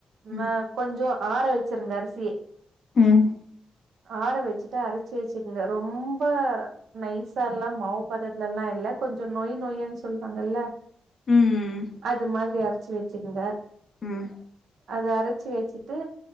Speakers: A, on the right; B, on the left.
A: நா
B: ம்
A: கொஞ்சோ ஆற வெச்சிருங்க அரிசியே
B: ம்
A: ஆற வெச்சிட்டு அரைச்சு வெச்சுக்கோங்க ரொம்ப நைசா எல்லா மாவு பதத்துல எல்லா இல்ல கொஞ்சோ நொய் நொய்ன்னு சொல்வாங்கல்ல
B: ம்
A: அது மாதிரி அரச்சு வெச்சிக்கங்க
B: ம்
A: அது அரச்சு வெச்சிட்டு